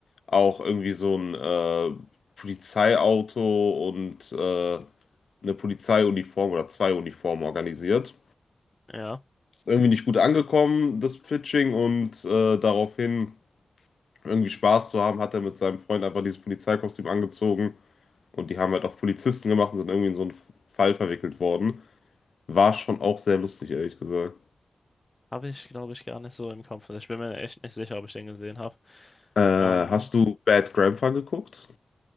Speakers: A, on the left; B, on the left.
A: auch irgendwie so ein äh, Polizeiauto und äh, eine Polizeiuniform oder zwei Uniformen organisiert.
B: ja.
A: irgendwie nicht gut angekommen, das Pitching, und äh, daraufhin irgendwie Spaß zu haben, hat er mit seinem Freund einfach dieses Polizeikostüm angezogen und die haben halt auch Polizisten gemacht und sind irgendwie in so einen Fall verwickelt worden. War schon auch sehr lustig, ehrlich gesagt.
B: Habe ich, glaube ich, gar nicht so im Kopf. Ich bin mir echt nicht sicher, ob ich den gesehen habe.
A: Äh,
B: Ähm,
A: hast du Bad Grandpa geguckt?